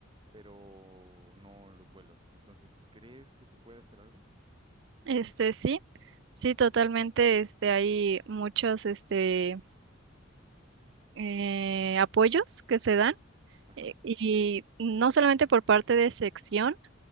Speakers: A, on the right; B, on the right.
A: pero no los vuelos. Entonces, ¿crees que se puede hacer algo?
B: Este, sí, sí, totalmente, este, hay muchos, este, eh, apoyos que se dan
A: Ajá,
B: eh, y no solamente por parte de sección,